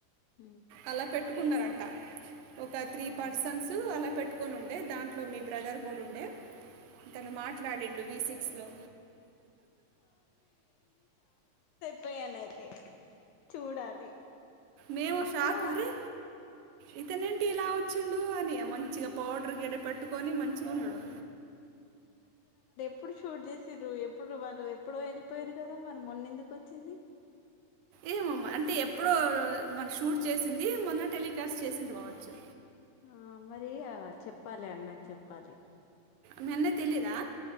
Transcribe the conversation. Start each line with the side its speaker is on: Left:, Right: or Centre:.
Left: ఉమ్,
Right: అలా పెట్టు ఉన్నరంట ఒక త్రీ
Left: ఆహా
Right: పర్సన్స్ అలా పెట్టు కొనుంటే దాంట్లో మీ బ్రదర్ కూడా ఉ అంటే తను మాట్లాడిండు వి సిక్స్ లో
Left: ప్పెయానైయితే చూడాలి
Right: మేము
Left: అక్కడ
Right: షాక్ అరే ఇతనేంటి ఇలా వచ్చుండు అని మంచిగా పౌడర్ గిడర్ పెట్టుకొని పట్టుకొని మంచి ఉండడు
Left: ఇప్పుడు షూట్ చేసి తిరు ఎప్పుడు వాళ్ళు ఎప్పుడో వెళ్ళిపోయరు కదా మరి మొన్న ఎందుకు వచ్చింది
Right: ఏమమ్మా అంటే ఎప్పుడో మన షూట్ చేసింది మొన్న టెలికాస్ట్ చేసింది కావచ్చు
Left: ఆ మరి చెప్పాలి అన్నకి చెప్పాలి
Right: మీ అన్నకి తెలిదా